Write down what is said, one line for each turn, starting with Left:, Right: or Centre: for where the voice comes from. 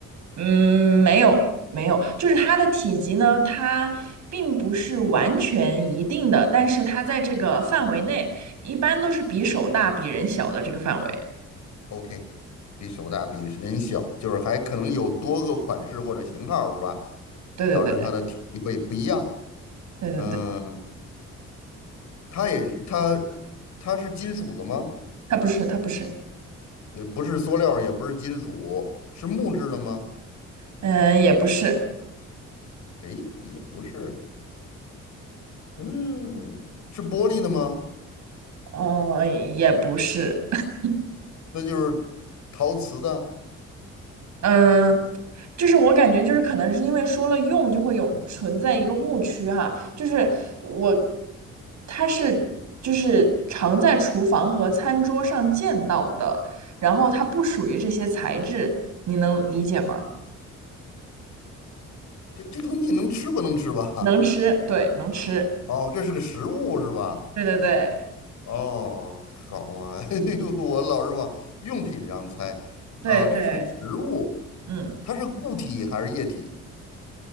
Right: 嗯，没有没有，就是它的体积呢，它并不是完全一定的，但是它在这个范围内，一般都是比手大、比人小的这个范围。
Left: ？OK，比手大，比人小，就是还可能有多个款式或者型号，是吧？
Right: 对对对
Left: 导致它的体积会不一样。
Right: 对对对，
Left: 嗯、它也它它是金属的吗？
Right: 它不是，它不是，
Left: 呃，不是塑料，也不是金属，是木质的吗？
Right: 嗯，也不是，
Left: 哎，也不是，嗯，是玻璃的吗？
Right: 哦，也不是，<laughs>
Left: 那就是陶瓷的。
Right: 嗯，就是我感觉就是可能是因为说了用就会有存在一个误区哈，就是我它是就是常在厨房和餐桌上见到的，然后它不属于这些材质，你能理解吗？
Left: 这这个东西能吃不能吃吧？
Right: 能吃，对，能吃，
Left: 哦，这是个食物是吧？
Right: 对对对
Left: 哦，好嘛，<laughs> 哎呦我老是往用品上猜啊，
Right: 对对，
Left: 这是个植物，
Right: 嗯
Left: 它是固体还是液体？